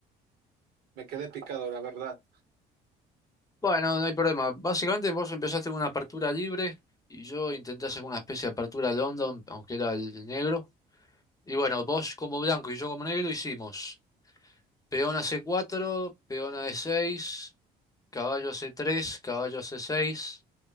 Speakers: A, on the right; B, on the left.
A: me quedé picado, la verdad.
B: Bueno, no hay problema. Básicamente vos empezaste con una apertura libre y yo intenté hacer una especie de apertura London, aunque era el negro. Y bueno, vos como blanco y yo como negro hicimos peón a c cuatro, peón a e seis, caballo a c tres, caballo a c seis,